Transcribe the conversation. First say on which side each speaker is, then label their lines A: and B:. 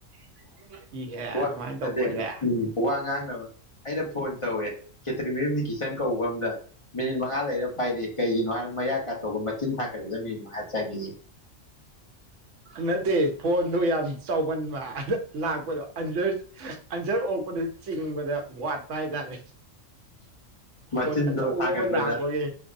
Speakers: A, on the right; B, on the left.
A: <inaudible> ꯑꯗꯨꯃꯥꯏꯅ
B: ꯋꯥ
A: ꯇꯧꯕ
B: ꯅꯠꯇꯦ
A: ꯑꯣꯏꯔꯦ
B: ꯎ ꯋꯥ ꯉꯥꯡꯅꯕ ꯑꯩꯅ ꯐꯣꯟ ꯇꯧꯋꯦ ꯈꯦꯇ꯭ꯔꯤꯃꯌꯨꯝꯅꯤ ꯀꯤꯆꯟ ꯀꯧꯕ ꯑ ꯑꯃꯗ ꯃꯤꯅꯤꯠ ꯃꯉꯥ ꯂꯩꯔ ꯄꯥꯏꯔ ꯀꯩꯒꯤꯅꯣ ꯍꯥꯏ ꯃꯌꯥ ꯀꯥꯊꯣꯛꯒꯨꯝꯕ ꯆꯤꯟ ꯊꯥꯡꯒꯠꯄꯗ ꯃꯤꯅꯤꯠ ꯃꯉꯥ ꯆꯪꯑꯌꯦ
A: ꯅꯠꯇꯦ ꯐꯣꯟꯗꯨ ꯌꯥꯝ ꯆꯥꯎꯃꯟꯕ ꯑꯥ ꯂꯥꯛꯄꯗꯣ ꯑꯟꯔ ꯑꯟꯁꯔ ꯐꯣꯄ ꯄꯗ ꯆꯤꯡꯕꯗ ꯋꯥꯠꯄ ꯍꯥꯏꯇꯥꯔꯦ
B: ꯃꯆꯤꯟꯗꯣ
A: ꯐꯣꯟ ꯑꯆꯧꯕ
B: ꯊꯥꯒꯠꯄꯗ
A: ꯑꯃ ꯂꯥꯛꯄꯒꯤ